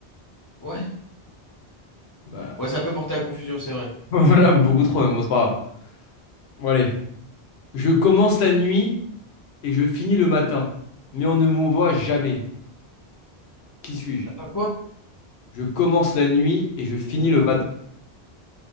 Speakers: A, on the left; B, on the left.
A: Ouais.
B: Bah,
A: Ouais, ça peut porter à confusion, c'est vrai.
B: <laughs> voilà, beaucoup trop, mais bon, c'est pas grave. Bon, allez. Je commence la nuit et je finis le matin, mais on ne me voit jamais. Qui suis-je?
A: Attends, quoi?
B: Je commence la nuit et je finis
A: Je commence.
B: le matin,